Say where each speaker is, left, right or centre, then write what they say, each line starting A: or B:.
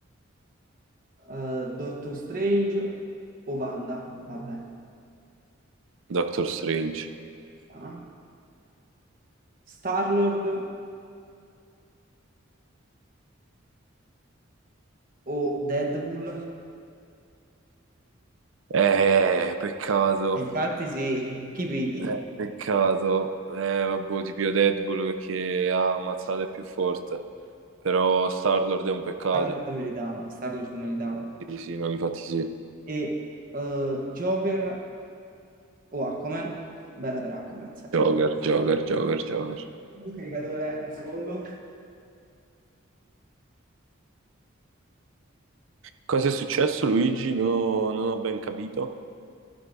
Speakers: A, on the right; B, on the right.
A: Eh, Doctor Strange o Wanda? Vabbè.
B: Doctor Strange.
A: Ah. Star-Lord o Deadpool?
B: Eh, peccato,
A: Infatti sì, chi pigli?
B: eh, peccato. Eh, vabbè, ti pio Deadpool perché ha ammazzato è più forte. Però Star-Lord è un peccato.
A: Star-Lord meritava, Star-Lord meritava.
B: Sì, sì, no, infatti sì.
A: e eh, Joker o Aquaman, bella per Aquaman, sempre.
B: Joker, Joker, Joker, Joker.
A: Un caricatore, un secondo.
B: Cosa è successo, Luigi? Non ho, non ho ben capito.